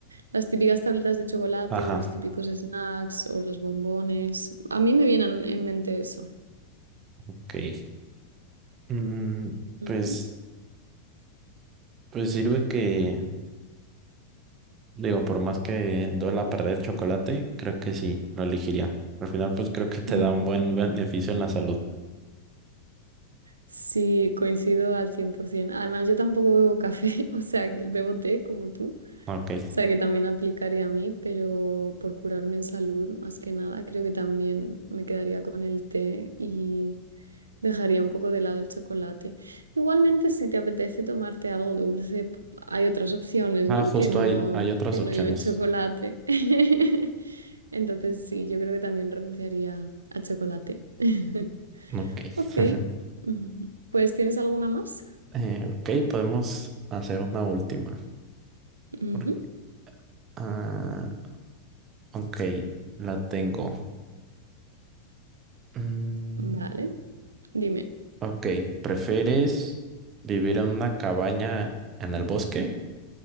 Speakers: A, on the right; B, on the right.
A: las típicas tabletas de chocolate
B: Ajá,
A: o los típicos snacks o los bombones. A mí me vienen en mente eso.
B: ok. Mm,
A: Ujú,
B: pues, pues sirve que, digo, por más que duela perder chocolate, creo que sí, lo elegiría. Al final, pues creo que te
A: ujú.
B: da un buen beneficio en la salud.
A: Sí, coincido al 100%. Además, yo tampoco bebo café, <laughs> o sea, bebo té como tú.
B: Ok.
A: sea que también aplicaría a mí, pero por curarme en salud, más que nada, creo que también me quedaría con el té y dejaría un poco de lado el chocolate. Igualmente, si te apetece tomarte algo dulce, p- hay otras opciones,
B: Ah,
A: ¿no?
B: justo
A: Que no,
B: hay, hay otras
A: que
B: opciones.
A: no lleven chocolate. <laughs> Entonces, sí, yo creo que también renunciaría al chocolate. <laughs>
B: Ok.
A: Ok,
B: <laughs>
A: ujú. pues ¿tienes alguna más?
B: Eh, ok, podemos hacer una última.
A: Ujú,
B: Por- Ah, ok, la tengo. Mm,
A: Vale, dime.
B: ok, ¿prefieres vivir en una cabaña en el bosque